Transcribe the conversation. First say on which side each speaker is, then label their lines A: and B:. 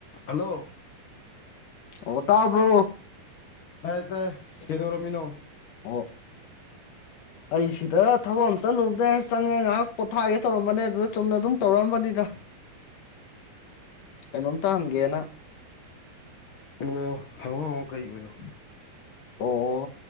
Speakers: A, on the left; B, on the left.
A: ꯍꯜꯂꯣ
B: ꯑꯣ ꯇꯕ꯭ꯔꯣ
A: ꯇꯥꯏꯌꯦ ꯇꯥꯏꯌꯦ ꯀꯩꯗꯧꯔꯝꯃꯤꯅꯣ
B: ꯑꯣ ꯑꯩꯁꯤꯗ ꯊꯕꯛ ꯑꯝ ꯆꯠꯂꯨꯕꯗꯩ ꯆꯪꯉꯦ ꯉꯥꯏꯍꯥꯛ ꯄꯣꯊꯥꯒꯦ ꯇꯧꯔꯝꯕꯅꯦ ꯑꯗꯨꯗ ꯆꯨꯝꯅ ꯑꯗꯨꯝ ꯇꯧꯔꯛꯑꯝꯕꯅꯦꯗ ꯀꯩꯅꯣꯝꯇ ꯍꯪꯒꯦꯅ
A: ꯑꯣ ꯍꯪꯉꯣ ꯍꯪꯉꯣ ꯀꯩꯑꯣꯢꯅꯣ
B: ꯑꯣ